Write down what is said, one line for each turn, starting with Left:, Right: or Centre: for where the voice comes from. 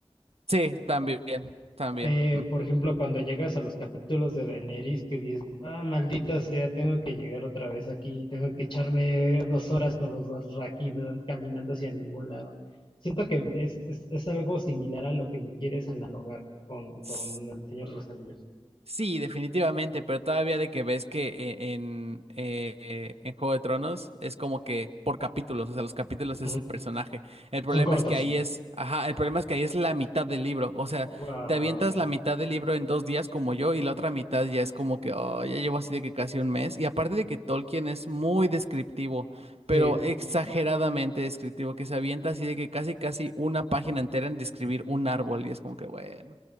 Right: Sí, también, también.
Left: Eh, por ejemplo, cuando llegas a los capítulos de Daenerys que dices, ah, maldita sea, tengo que llegar otra vez aquí, tengo que echarme dos horas con los Dothraki dan- caminando hacia ningún lado. Siento que es, es, es algo similar a lo que me quieres analogar con, con
Right: ujú.
Left: El Señor de los Anillos.
Right: Sí, definitivamente, pero todavía de que ves que e- en, eh, eh, en Juego de Tronos es como que por capítulos, o sea, los capítulos
Left: Ujú.
Right: es el personaje. El
Left: Y
Right: problema
Left: son cortos.
Right: es que ahí es, ajá, el problema es que ahí es la mitad del libro, o sea,
Left: Wow.
Right: te avientas la mitad del libro en dos días como yo y la otra mitad ya es como que, oh, ya llevo así de que casi un mes. Y aparte de que Tolkien es muy descriptivo, pero
Left: Sí.
Right: exageradamente descriptivo, que se avienta así de que casi casi una página entera en describir un árbol y es como que, bueno.